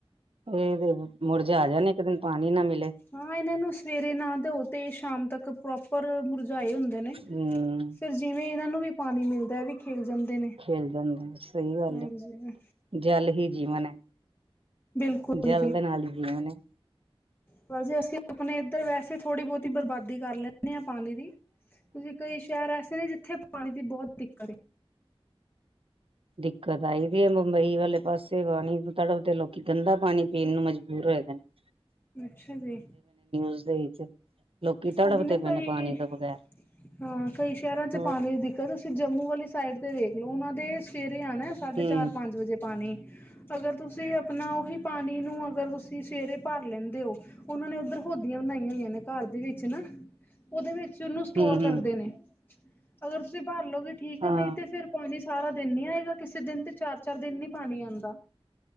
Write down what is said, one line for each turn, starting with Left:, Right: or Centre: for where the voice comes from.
Right: ਏ ਤੇ ਮੁਰਝਾ ਜਾਣੇ ਇੱਕ ਦਿਨ ਪਾਣੀ ਨਾ ਮਿਲੇ।
Left: ਹਾਂ ਏਹਨਾਂ ਨੂੰ ਸਵੇਰੇ ਨਾ ਦਿਓ ਤੇ ਸ਼ਾਮ ਤੱਕ ਪ੍ਰੋਪਰ ਮੁਰਝਾਏ ਹੁੰ ਦੇ ਨੇ।
Right: ਹਮ
Left: ਫੇਰ ਜਿਵੇਂ ਏਨਾਂ ਨੂੰ ਵੀ ਪਾਨੀ ਮਿਲਦੈ ਏ ਵੀ ਖਿਲ ਜਾਂਦੇ ਨੇ।
Right: ਖਿਲ ਜਾਂਦੇ ਸਹੀ ਗੱਲ
Left: ਹਾਂਜੀ।
Right: ਹੈ ਜਲ ਹੀ ਜੀਵਨ ਐ।
Left: ਬਿਲਕੁਲ
Right: ਜਲ ਦੇ ਨਾਲ ਈ ਜੀਵਨ ਐ।
Left: ਪਰ ਜੇ ਅਸੀ ਆਪਣੇ ਏਧਰ ਵੈਸੇ ਥੋੜੀ ਬੋਤੀ ਬਰਬਾਦੀ ਕਰ ਲੈਂਨੇ ਆਂ ਪਾਨੀ ਦੀ ਕਿਉਂਕਿ ਕਈ ਸ਼ੈਰ ਐਸੇ ਨੇ ਜਿੱਥੇ ਪਾਨੀ ਦੀ ਬੋਹੋਤ ਦਿੱਕਤ ਏ।
Right: ਦਿੱਕਤ ਆਈ ਦੀ ਏ ਮੁੰਬਈ ਵਾਲੇ ਪਾਸੇ, ਪਾਨੀ ਨੂੰ ਤੜਫਦੇ ਲੋਕੀ ਗੰਦਾ ਪਾਨੀ ਪੀਨ ਨੂੰ ਮਜਬੂਰ ਹੋਏਦੇ ਨੇ। <unintelligible>
Left: ਅੱਛਾ ਜੀ।
Right: ਇਸਦੇ ਵਿੱਚ ਲੋਕੀ ਤੜਫਦੇ
Left: ਓਹੀ ਨਾ
Right: ਪਏ
Left: ਕਈ,
Right: ਨੇ ਪਾਣੀ ਤੋਂ ਬਗੈਰ
Left: ਹਾਂ ਕਈ ਸ਼ੈਰਾਂ 'ਚ
Right: ਹੋਰ
Left: ਪਾਨੀ ਦੀ ਕਦੇ ਤੁਸੀ ਜੰਮੂ ਵਾਲੀ ਸਾਈਡ ਤੇ ਵੇਖ ਲੋ ਓਨਾਂ ਦੇ ਸਵੇਰੇ ਆਨੈ ਸਾਢੇ
Right: ਹੂੰ
Left: ਚਾਰ ਪੰਜ ਵਜੇ ਪਾਨੀ ਤੇ ਅਗਰ ਤੁਸੀ ਆਪਣਾ ਓਹੀ ਪਾਨੀ ਨੂੰ ਅਗਰ ਤੁਸੀ ਸਵੇਰੇ ਭਰ ਲੈਂਦੇ ਓ ਓਨਾਂ ਨੇ ਓਧਰ ਹੋਦੀਆਂ ਬਣਾਈਆਂ ਹੋਈਆਂ ਨੇ। ਘਰ ਦੇ ਵਿੱਚ ਨਾ, ਓਦੇ ਵਿੱਚ ਉਨੂੰ ਸਟੋਰ
Right: ਹੂੰ
Left: ਕਰਦੇ
Right: ਹੂੰ
Left: ਨੇ। ਅਗਰ ਤੁਸੀ ਭਰ ਲੋਗੇ ਠੀਕ
Right: ਹਾਂ
Left: ਐ ਨਈ ਤੇ ਫੇਰ ਪਾਨੀ ਸਾਰਾ ਦਿਨ ਨੀ ਆਏਗਾ। ਕਿਸੇ ਦਿਨ ਤੇ ਚਾਰ-ਚਾਰ ਦਿਨ ਨੀ ਪਾਨੀ ਆਂਦਾ।